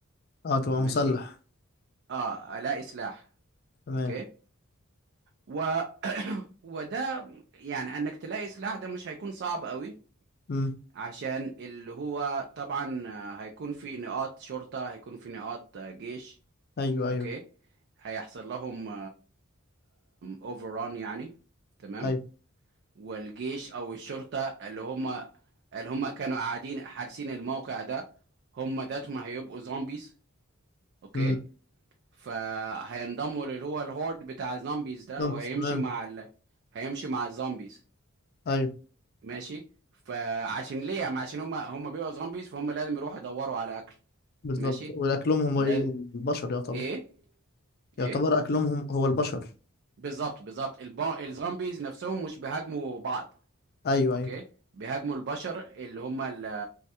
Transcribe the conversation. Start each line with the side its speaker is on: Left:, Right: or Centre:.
Left: أه تبقى
Right: ماشي
Left: مسلح
Right: اه الاقي سلاح
Left: تمام
Right: اوكي و... وده يعني انك تلاقي سلاح ده مش هيكون صعب قوي
Left: مم.
Right: عشان اللي هو طبعا آه، هيكون في نقاط شرطة هيكون في نقاط آه، جيش
Left: أيوه أيوه
Right: اوكي هيحصل لهم اوفران يعني تمام
Left: أيوه
Right: والجيش او الشرطه اللي هم اللي هم كانوا قاعدين حارسين الموقع ده هم ذاتهم هيبقوا زومبيز اوكي
Left: مم.
Right: فهينضموا اللي هو الهورد بتاع الزومبيز ده
Left: خمس
Right: وهيمشي
Left: تمام
Right: مع ال... هيمشي مع الزومبيز
Left: أيوه
Right: ماشي فعشان ليه يعني عشان هم هم بيبقوا زومبيز فهم لازم يروحوا يدوروا على اكل
Left: بالظبط
Right: ماشي
Left: والأكلهم هم
Right: لا
Left: إيه البشر يعتبر
Right: ايه
Left: يعتبر
Right: ايه
Left: أكلهم هم هو البشر
Right: بالظبط بالظبط الب... الزومبيز نفسهم مش بيهاجموا بعض
Left: أيوه
Right: اوكي
Left: أيوه
Right: بيهاجموا البشر اللي هم ال...